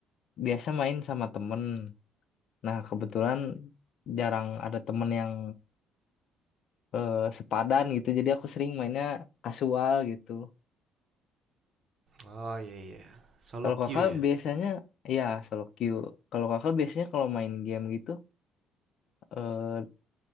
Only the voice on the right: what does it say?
Oh, iya iya. Solo
queue ya?